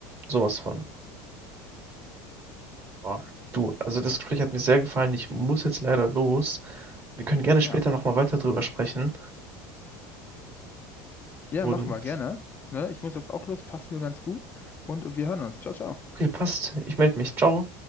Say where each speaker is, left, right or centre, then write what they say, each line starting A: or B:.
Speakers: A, on the right; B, on the left.
A: sowas von. Boah. Du, also das Gespräch hat mir sehr gefallen. Ich muss jetzt leider los. Wir können gerne später
B: Ja.
A: nochmal weiter drüber sprechen.
B: Ja,
A: Und
B: machen wir gerne. Ne? Ich muss jetzt auch los, passt mir ganz gut. Und wir hören uns. Ciao, ciao.
A: okay, passt. Ich melde mich. Ciao.